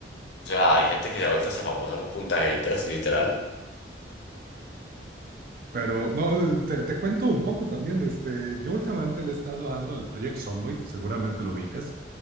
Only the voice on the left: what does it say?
O sea, hay gente que se ha vuelto hasta famosa a punta de haters, literal.